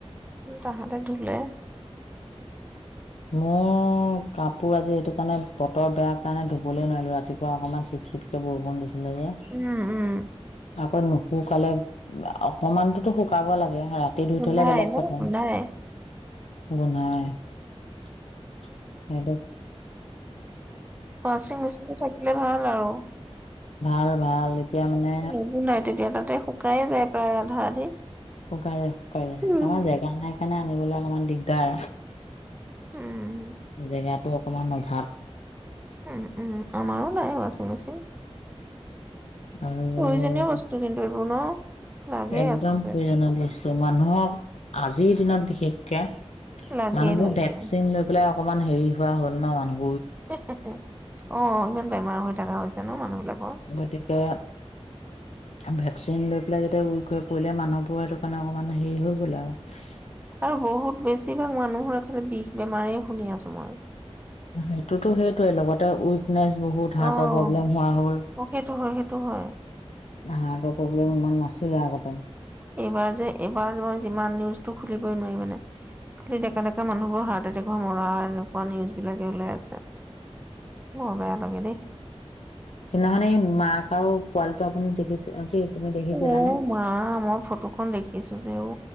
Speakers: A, on the right; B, on the left.
A: তাহাঁতে ধুলে।
B: মোৰ কাপোৰ আজি এইটো কাৰণে, বতৰ বেয়া কাৰণে, ধুবলে নোৱাৰিলোঁ। ৰাতিপুৱা অকনমান চিট- চিটকে বৰষুণ দিছিল। তেনেকে
A: উম উম
B: আকৌ নুশুকালে, অকমানততো শুকাব লাগে। ৰাতি ধুই
A: গোন্ধাই
B: থলে বেলেগ
A: ন',
B: কথা
A: গোন্ধাই।
B: গোন্ধাই উমচ হেল
A: ৱাচিং মেচিনটো থাকিলে ভাল। সেইটোৱে আৱ
B: ভাল, ভাল এতিয়া মানে
A: নুগুন্ধাই তেতিয়া তাতে শুকাই যায় প্ৰায় আধা আধি
B: শুকাই অ',
A: উম
B: আমাৰ জেগা নাই কাৰণে আনিবলৈ অকমান দিগদাৰ
A: উম
B: জেগাত টো অকণমান অভাৱ
A: উম, উম, আমাৰো নাই ৱাচিং মেচিন।
B: আৰু
A: প্ৰয়োজনীয় বস্তু কিন্তু এইবোৰ <unintelligible> ন লাগে
B: একদম
A: আচলতে
B: প্ৰয়োজনীয় বস্তু । চ' মানুহক, আজিৰ দিনত, বিশেষকে
A: লাগে
B: মানুহবোৰ
A: লাগে
B: ভেকচিন লৈ পেলাই অকণমান হেৰি হোৱা হ'ল ন', মানুহ
A: হে হে হে অ', ইমান বেমাৰ হৈ থকা হৈছে। <unintelligible> জানো মানুহবিলাক
B: গতিকে ভেকচিন লৈ পেলাই যেতিয়া উইক হৈ পৰিলে মানুহবোৰৰ সেইটো কাৰণে অকমান হেৰি হৈ গ'ল আৰু।
A: আৰু বহুত বেছি বেছিভাগ মানুহৰে খালি বিষ বেমাৰই শুনি আছোঁ মই।
B: সেইটো তো সেইটোয়ে, লগতে উইক উইকনেচ বহুত। হাৰ্টৰ
A: অ',
B: প্ৰব্লেম হোৱা হ'ল।
A: অ', সেইটো হয় সেইটো হয়।
B: হাৰ্টৰ প্ৰব্লেম ইমান নাছ ইয়াৰ আগতে
A: এইবাৰ যে, এইবাৰত মই যিমান নিউজ টো খুলিবই নোৱাৰি মানে। খালি ডেকা ডেকা মানুহবোৰৰ হাৰ্ট এটেক হৈ মৰাৰ এনেকুৱা নিউজ বিলাকে ওলাই আছে। বৰ বেয়া লাগে দেই।
B: সেইদিনাখনে মাক আৰু পোৱালিটো আপুনি দেখিছে কি তুমি দেখিছিলানে
A: অ' মা মই ফটোখন দেখিছো যে অ'-